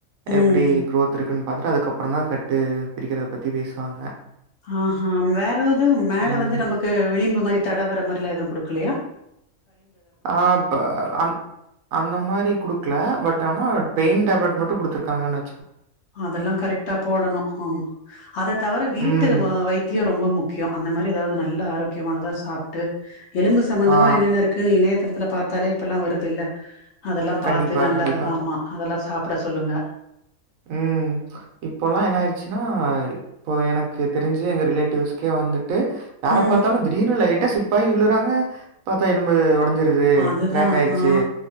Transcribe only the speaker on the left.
ம்
ஆ ஹ வேறவுது மேல
வந்து நமக்கு விளிம்பு மாரி தடவரற மாரிலா எதுவு குடுக்கலயா
அதெல்லா கரெக்டா போடணு ஆமா அத தவர வீட்டு
வைத்திய ரொம்ப முக்கியொ அந்த மாரி ஏதாவது நல்லா ஆரோக்கியமானதா சாப்ட்டு எலும்பு சம்பந்தமா
என்னென்ன இருக்குன்னு இணையதளத்துல பாத்தாலே இப்பெல்லா வருதுல்ல அதெல்லா
பாத்து நல்லா
ஆமா அதெல்லா சாப்பட சொல்லுங்க
ம்
அதுதா
ஆ